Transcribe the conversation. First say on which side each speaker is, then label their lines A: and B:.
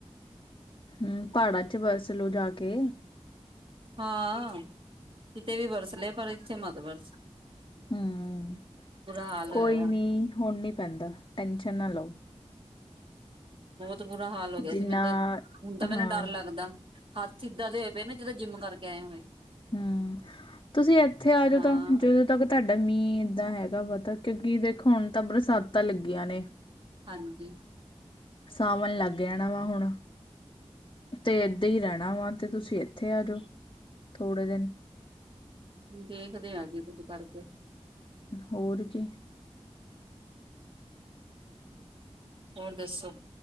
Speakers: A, on the left; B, on the right.
A: ਹੁ ਪਹਾੜਾਂ 'ਚ ਵਰਸ ਲਓ ਜਾ ਕੇ।
B: ਹਾਂ ਕਿਥੇ ਵੀ ਬਰਸਲੇ ਪਰ ਇੱਥੇ ਮਤ ਬਰਸ।
A: ਹਮ
B: ਹਾਲ
A: ਕੋਈ
B: ਹੋਇਆ ਵਾ।
A: ਨੀ ਹੁਣ ਨੀ ਪੈਂਦਾ 'ਟੈਨਸ਼ਨ ਨਾ ਲਓ।
B: ਬਹੁਤ ਬੁਰਾ ਹਾਲ ਹੋ ਗਿਆ
A: ਜਿੰਨਾ
B: ਸੀ, ਮੈਨੂੰ ਤਾਂ ਹੁਣ ਤਾਂ ਮੈਨੂੰ
A: ਹਾਂ
B: ਡਰ ਲੱਗਦਾ। ਹੱਥ ਏਦਾਂ ਦੇ ਹੋਏ ਪਏ ਨਾ ਜਿੱਦਾਂ ਜਿੰਮ ਕਰਕੇ ਆਏ ਹੋਏ।
A: ਹੂ ਤੁਸੀਂ ਇੱਥੇ ਆ ਜਾਓ
B: ਹਾਂ
A: ਤਾਂ ਜਦੋਂ ਤੱਕ ਤੁਹਾਡਾ ਮੀਂਹ ਇੱਦਾਂ ਹੈਗਾ ਪਤਾ ਕਿਉਂਕਿ ਦੇਖੋ ਹੁਣ ਤਾਂ ਬਰਸਾਤਾਂ ਲੱਗੀਆਂ ਨੇ।
B: ਹਾਂਜੀ।
A: ਸਾਵਣ ਲੱਗ ਜਾਣਾ ਵਾ ਹੁਣ। ਤੇ ਇਏਦਾਂ ਹੀ ਰਹਿਣਾ ਵਾ ਤੇ ਤੁਸੀਂ ਇੱਥੇ ਆ ਜਾਓ ਥੋੜੇ ਦਿਨ।
B: ਦੇਖਦੇ ਆ ਜੀ ਕੁੱਝ ਕਰਕੇ।
A: ਹੋਰ ਕੀ।
B: ਹੋਰ ਦੱਸੋ?